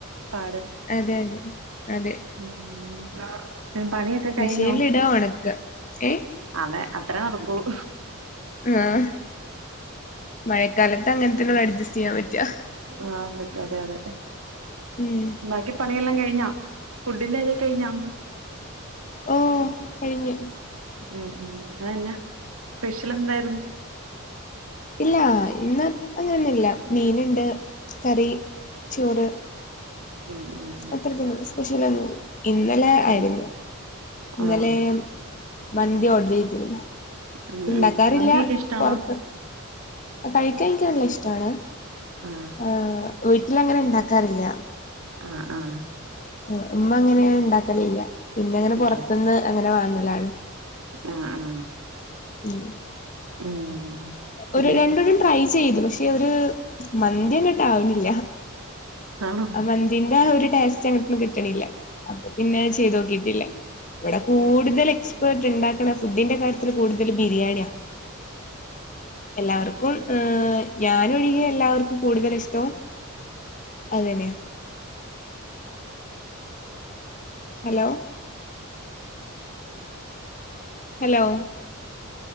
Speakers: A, on the right (about 80°); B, on the left (about 35°).
A: പാട്
B: അതെ അതെ അതെ
A: ഉം പിൻ പണിയൊക്ക കയിഞ്ഞോ
B: മെഷീനിൽ ഇടാ ഉണക്ക ഏഹ്
A: അതെ അത്രെ നടക്കുള്ളൂ
B: ആഹ് മയക്കാലത്ത് അങ്ങനത്തന്നൊള്ള് അഡ്ജസ്റ്റ് ചെയ്യാം പറ്റാ
A: ആഹ് പറ്റ അതെ അതെ
B: ഉം
A: ബാക്കി പണിയെല്ലാം കയിഞ്ഞോ ഫുഡിന്റെക്കയ്ഞ്ഞോ
B: ഓഹ് കയിഞ്ഞു
A: ഉം ഉം അതന്ന? സ്പെഷ്യൽ എന്തായിരുന്നു?
B: ഇല്ല ഇന്ന് അങ്ങനെയൊന്നുൽയ മീനുണ്ട് കറി ചോറ്
A: ഉം ഉം
B: അത്രക്ക സ്പെഷ്യലന്ന് ഇൽയ ഇന്നലെ ആയിരുന്നു
A: ഇല്ല
B: ഇന്നലെ
A: ആഹ്
B: മന്തി ഓർഡർ ചെയ്തിരുന്നു.
A: ഉം
B: ഇണ്ടാക്കാറില്ല
A: ഉം മന്തിയൊക്കെ ഇഷ്ടാണോ
B: പൊറത്ത് അത് കഴിക്കാൻ നിക് നല്ല ഇഷ്ടാണ്
A: ആഹ്
B: ആഹ് വീട്ടിൽ അങ്ങനെ ഇണ്ടാക്കാറില്ല.
A: ആഹ് ആഹ് അഹ്
B: ആഹ് ഉമ്മ അങ്ങനെ ഉണ്ടാക്കല്ല്ല ന്നെ അങ്ങനെ പൊറത്ത്ന്ന്
A: ഇല്ല
B: അങ്ങനെ വാങ്ങലാണ്.
A: ആഹ് ആഹ്
B: ഉം.
A: ഉം. പിന്നെ
B: ഒരു രണ്ടൊരും ട്രൈ ചെയ്ത് പക്ഷെ ഒരു മന്തി എന്നിട്ട് ആവുന്നില്ല.
A: ആണോ
B: മന്തിന്റെ ഒരു ടേസ്റ്റ് അങ്ങോട്ട് കിട്ടണില്ല അപ്പൊ പിന്നെ ചെയ്ത് നോക്കിട്ടില്ല. ഇവിടെ കൂടുതൽ എക്സ്പേർട്ട് ഉണ്ടാക്കണ ഫുഡിന്റെ കാര്യത്തിൽ കൂടുതൽ ബിരിയാണിയ എല്ലാവർക്കും ഞാന ഒഴികെ എല്ലാവർക്കും കൂടുതൽ ഇഷ്ടവും അതനെയാ? ഹലോ ഹലോ